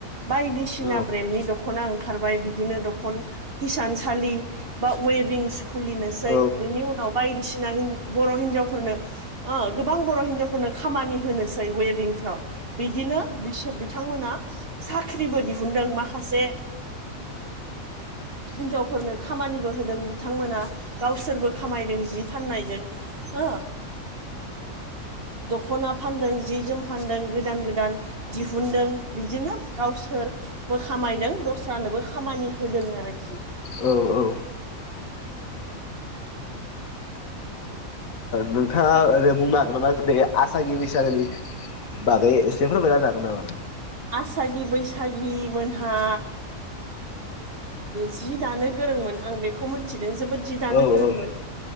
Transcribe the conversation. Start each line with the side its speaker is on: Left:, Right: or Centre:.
Right: बायदिसिना
Left: औ
Right: ब्रेन्डनि दख'ना ओंखारबाय बिदिनो हिसानसालि बा उइबिंस खुलिनोसै
Left: औ
Right: बिनि उनाव बायदि बायदिसिना बर' हिनजावफोरनो गोबां बर' हिनजावफोरनो खामानि होनोसै उइबिंफ्राव। बिदिनो बिसोर बिथांमोना साख्रिबो दिहुनदों माखासे हिन्जावफोरनो खामानिबो होदों बिथांमोना गावसोरबो खामायदों जि फाननायजों। ओ दखना फानदों जि जोम फानदों गोदान गोदान दिहुुनदों। बिदिनो गावसोरबो खामायदों दस्रा नोबो खामानि होदों आरोखि।
Left: औ औ नोंथाङा ओरै बुंनो हागोन नामा आसागि बैसागोनि बाखै एसे फोरमायना होनो हागोन नामा
Right: आसागि बैसागि मोनहा जि दानो गोरोंमोन आं बेखौ मोनथिदों जोबोद जि दानो
Left: औ
Right: गोरोंमोन
Left: औ